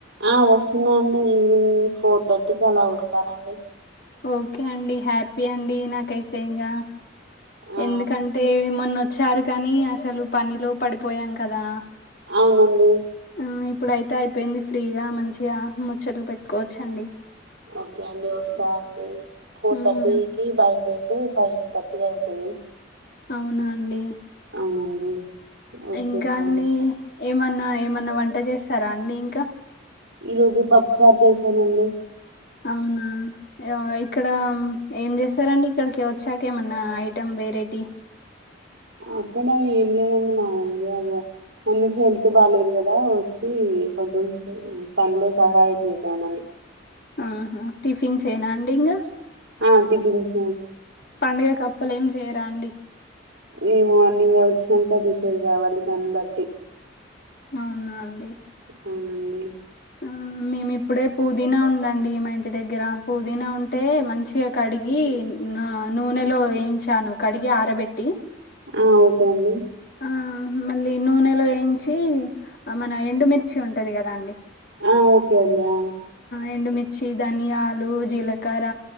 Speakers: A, on the right; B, on the left.
A: ఆ వస్తున్నా అండి ఈవినింగ్ ఫోర్ థర్టీకి అలా వస్తానండి
B: ఓకే అండి హ్యాపీ అండి నాకైతే ఇంగ
A: ఆ
B: ఎందుకంటే మొన్నొచ్చారు కానీ అసలు పనిలో పడిపోయాం కదా
A: అవునండి
B: ఆ ఇప్పుడుయితే అయిపోయింది ఫ్రీగా, మంచిగా ముచ్చట్లు పెట్టుకోవచ్చఅండి.
A: ఓకే అండి ఓస్త ఫోర్
B: ఉమ్,
A: థర్టీకిి బయలుదేరితే ఫైవ్ థర్టీ అయిపొయి
B: అవునా అండి
A: అవునండి వచ్చేస్తాను
B: ఇంకా అండి ఏమన్నా ఏమన్నా వంట చేస్తారా అండి ఇంకా
A: ఈ రోజు పప్పుచార్ చేసానండి
B: అవునా యా ఇక్కడ ఏం చేస్తారండి ఇక్కడికి వచ్చాక ఏమన్నా ఐటెం వెరేటి
A: అక్కడ ఏం లేదండి మామూలుగా అల మమ్మీకి హెల్త్ బాలేదు కదా వచ్చి కొంచెం సో పనిలో సహాయం చేద్దామని
B: ఆ హా టిఫిన్స్ ఏనా అండి ఇంగా
A: ఆ టిఫిన్స్
B: పండుగ్ ఆప్పలేఏం చేయరా అండి
A: మేము అన్నింగ్ అ వచ్చినాక డిసైడ్ కావాలి దాన్ని బట్టి
B: అవున అండి
A: అవునండి
B: ఆ ఇప్పుడే పుదీనా ఉందండి మా ఇంటి దగ్గర పుదీనా ఉంటే మంచిగా కడిగి నా ఆ నూనెలో వయించాను కడిగి ఆరబెట్టి
A: ఆ ఓకే అండి
B: ఆ మళ్ళీ నూనెలో ఎయించి మన ఎండుమిర్చి ఉంటది కదా అండి
A: ఆ ఓకే అండి ఆ
B: ఎండుమిర్చి ధనియాలు జీలకర్ర